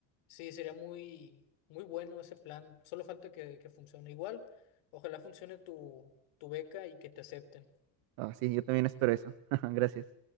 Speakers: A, on the left (about 80°); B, on the right (about 75°).
A: sí, sería muy, muy bueno ese plan. Solo falta que, que funcione. Igual, ojalá funcione tu, tu beca y que te acepten.
B: Ah, sí, yo también espero eso. <laughs> Gracias.